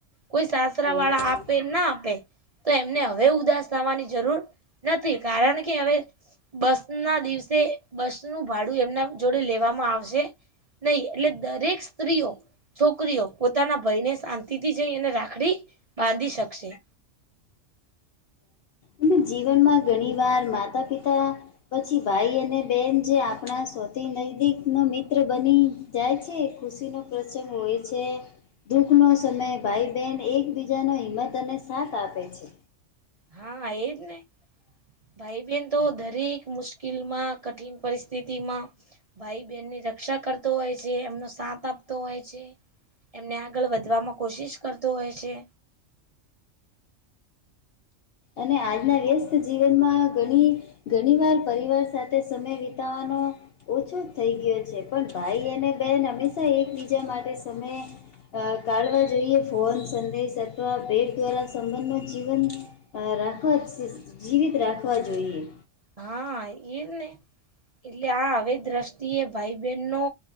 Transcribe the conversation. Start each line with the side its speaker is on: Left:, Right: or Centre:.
Right: કોઈ સાસરા
Left: હા
Right: વાળા આપે નાં આપે. તો એમને હવે ઉદાસ થાવાની જરૂર નથી. કારણ કે હવે, બસના દિવસે બસનું ભાડું એમના જોડે લેવામાં આવશે. નય. એટલે દરેક સ્ત્રીઓ, છોકરીઓ પોતાના ભયને શાંતિથી જઈ અને રાખડી બાંધી શકશે.
Left: એને જીવનમાં ઘણી વાર માતા-પિતા. પછી ભાઈ અને બેન જે આપણા સૌથી નજદીક નો મિત્ર બની! જાય છે. એ ખુશીનો પ્રસંગ હોય છે. દુઃખનો સમયે ભાઈ બેન એકબીજાનો હિંમત અને સાથ આપે છે.
Right: હા એજ ને. ભાઈ બેન તો દરેક મુશ્કેલમાં, કઠિન પરિસ્થિતિમાં, ભાઈ બેનની રક્ષા કરતો હોય છે. એમનો સાથ આપતો હોય છે. એમને આગળ વધવામાં કોશિશ કરતો હોય છે.
Left: અને આજના વ્યસ્ત જીવનમાં ઘણી, ઘણી વાર પરિવાર સાથે સમય વિતાવવાનો. ઓછો થઈ ગયો છે, પણ ભાઈ અને બેન હંમેશા એકબીજા માટે સમય! અ કાઢવા જઈએ ફોન સંદેશ અથવા બેગ દ્વારા સંબંધનો.... જીવન અ રાખવા, જીવિત રાખવા જોઈએ.
Right: હા એજ ને એટલે આ હવે દ્રષ્ટિએ ભાઈ બેનનો!